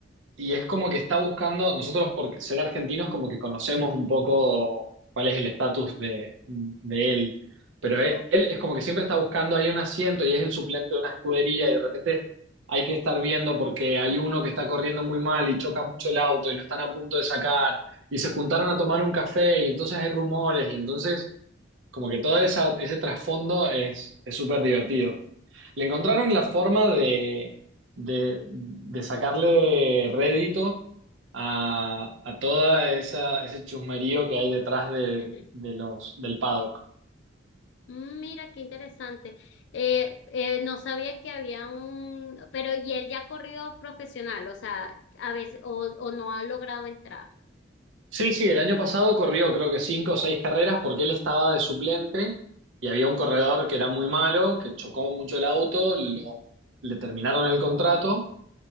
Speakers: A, on the right (about 75°); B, on the left (about 65°).
A: y es como que está buscando, nosotros por ser argentinos como que conocemos un poco cuál es el estatus de, de él, pero él,
B: ok.
A: él es como que siempre está buscando ahí un asiento y es el suplente de una escudería y de repente hay que estar viendo porque hay uno que está corriendo muy mal y choca mucho el auto y lo están a punto de sacar y se juntaron a tomar un café y entonces hay rumores y entonces como que todo esa, ese trasfondo es es súper divertido. Le encontraron la forma
B: Mm.
A: de, de, de sacarle rédito a, a toda esa, ese chusmerío que hay detrás de,
B: <laughs>
A: de los, del paddock.
B: Mira, qué interesante. Eh, eh, no sabía que había un, pero y él ya ha corrido profesional, o sea, a veces, o, o no ha logrado entrar
A: Sí, sí, el año pasado corrió creo que cinco o seis carreras porque él estaba de suplente y había un corredor que era muy malo, que chocó mucho el auto, lo- le terminaron el contrato